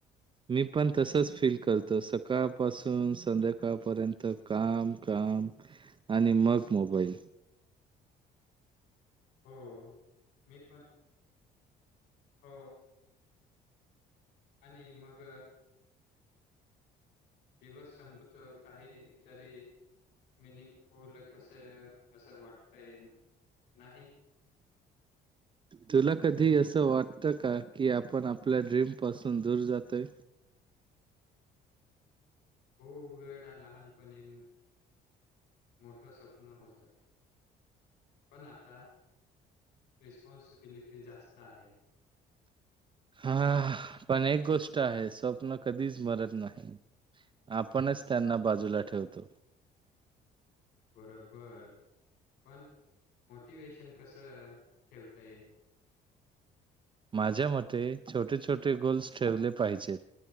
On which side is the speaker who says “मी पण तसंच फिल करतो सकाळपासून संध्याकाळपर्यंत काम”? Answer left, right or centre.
Right